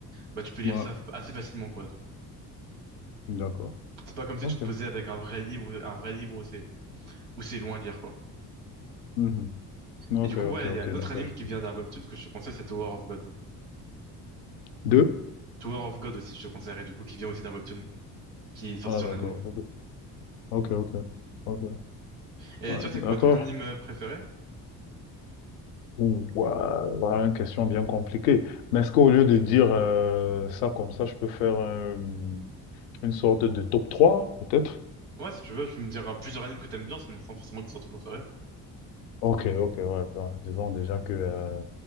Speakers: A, on the right; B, on the left.
A: Bah, tu peux lire
B: Ouais,
A: ça assez facilement, quoi.
B: d'accord.
A: C'est pas comme si
B: Ok.
A: tu te posais avec un vrai livre, un vrai livre où c'est où c'est loin à lire, quoi.
B: Mhm. Ok,
A: Et du coup,
B: ok,
A: ouais,
B: ok,
A: il y a d'autres
B: d'accord.
A: animes qui vient d'un webtoon que je te conseille, c'est Tower of God.
B: Deux?
A: Tower of God aussi, je te conseillerais, du coup, qui vient aussi d'un webtoon, qui est sorti
B: Ah, d'accord.
A: en anime.
B: Ok, ok. Ok. ok.
A: Et
B: Ouais,
A: toi, c'est
B: d'accord.
A: quoi ton anime préféré?
B: Ouh, ouah, voilà une question bien compliquée. Mais est-ce qu'au lieu de dire euh, ça comme ça, je peux faire euh, une sorte de top trois peut-être?
A: Ouais, si tu veux, tu me diras plusieurs animes que t'aimes bien, sinon sans forcément que ce soit ton préféré.
B: Ok, ok, ouais. bon, disons déjà que euh,